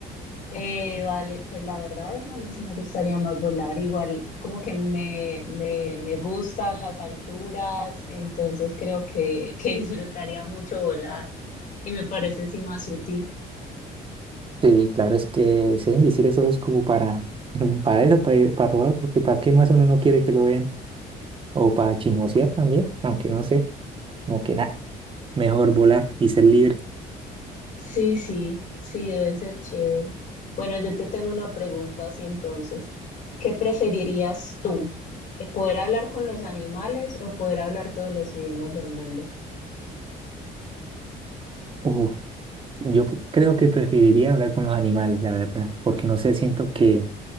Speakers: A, on the left (about 50°); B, on the right (about 30°).
A: Eh, vale, pues la verdad a mí sí me gustaría más volar, igual como que me, me, me gustan las alturas, entonces creo que, que disfrutaría mucho volar y me parece sí más útil.
B: Sí, claro, es que ser invisible solo es como para, <laughs> para eso, para, para robar, porque ¿para qué más uno no quiere que lo vean? O para chismosear también, aunque no sé, como que nada, mejor volar y ser libre.
A: Sí, sí, sí, debe ser chévere. Bueno, yo te tengo una pregunta así entonces. ¿Qué preferirías tú? ¿Eh, ¿Poder hablar con los animales o poder hablar todos los idiomas del mundo?
B: Uf, yo p- creo que preferiría hablar con los animales, la verdad, porque no sé, siento que